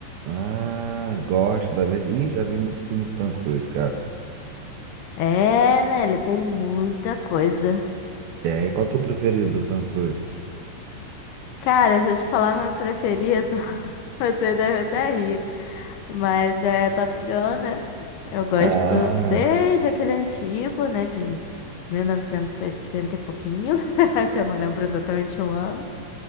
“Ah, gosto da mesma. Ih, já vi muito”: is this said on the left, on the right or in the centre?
Right